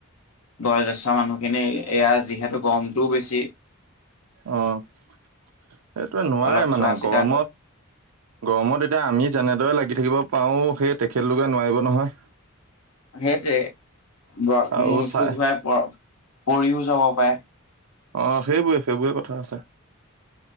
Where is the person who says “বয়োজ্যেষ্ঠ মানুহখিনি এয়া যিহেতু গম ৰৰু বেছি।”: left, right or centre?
Left